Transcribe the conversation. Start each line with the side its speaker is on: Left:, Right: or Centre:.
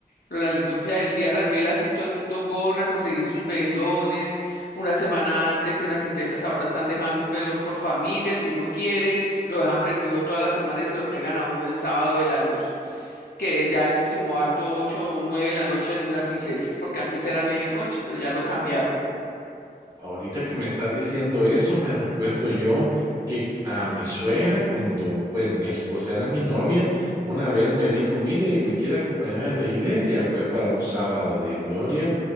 Left: pero la liturgia del día de las velas, sí, todo el mundo corre a conseguir sus velones. Una semana antes en las iglesias ahora están dejando un velón por familia, si uno quiere, lo dejan prendido toda la semana y se lo entregan a uno el sábado de la luz, que ya el último acto, 8 o 9 de la noche, algunas iglesias, porque antes era medianoche, pero ya lo cambiaron.
Right: Ahorita que me estás diciendo eso, me recuerdo yo que a mi suegra, cuando pues mi esposa era mi novia, una vez me dijo, mire, me quiere acompañar a la iglesia. Fue para un sábado de gloria